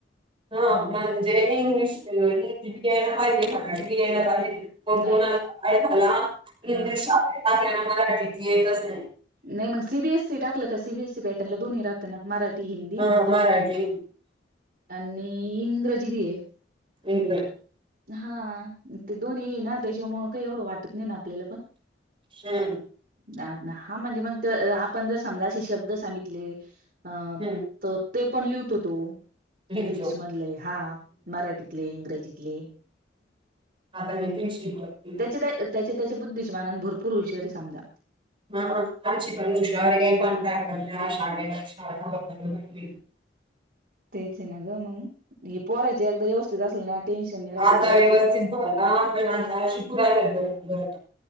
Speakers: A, on the right; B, on the right.
A: हा म्हणजे इंग्लिश इंग्लिश बि घयला पाहिजे मराठी बी यायला पाहिजे. पण
B: नाही
A: कोणाकाला इंग्लिशल्या
B: हा
A: मराठीत येतच नाही.
B: नाही मग सी बी एस सी टाकलं का सी बी एस सी पॅटर्नला दोन्ही राहतना मराठी हिंदी
A: हा हा ते.
B: आणि इंग्रजी बी आहे.
A: <unintelligible>
B: हा ते दोन्ही ना त्याच्यामुळ का एवढं वाटत नाही ना आपल्याला पण
A: हम्म.
B: नाही वाट ना हा म्हणजे मग आपण जर समजा असे शब्द सांगितले अं
A: हम्म
B: त ते पण लिहतो तो
A: लिहितो
B: इंग्लिशमधले हा मराठीतले इंग्रजीतले.
A: आता <unintelligible>
B: त्या त्याच्या बुद्धीचे मानान भरपूर हुशार ये समजा.
A: हा आमची पण हुशार पण का कर शाळे <unintelligible>
B: तेच आहे ना ग मग हे पोरायचं एकदा व्यवस्थित असलं ना टेन्शन नाही राहात
A: आता
B: ईकडे किती
A: <unintelligible>